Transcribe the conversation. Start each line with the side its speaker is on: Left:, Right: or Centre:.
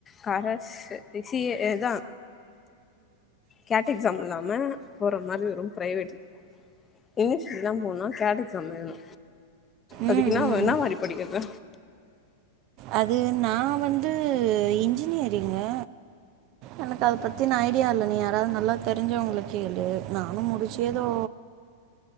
Left: கரஷ் இதா கேட் எக்ஸாம் இல்லாம போ ற மாரி வரு ப்ரைவேட் இ எச் டி தா போணுனா கேட் எக்ஸாம் வேணு அதுக்கு
Right: ம்
Left: இன்னா
Right: ம்
Left: இன்னா மாரி படிக்கறது
Right: அது நா வந்து இன்ஜினியரிங்கு எனக்கு அத பத்தின ஐடியா இல்ல நீ யாராது நல்லா தெரிஞ்சவங்கள கேளு நானு முடிச்சி ஏதோ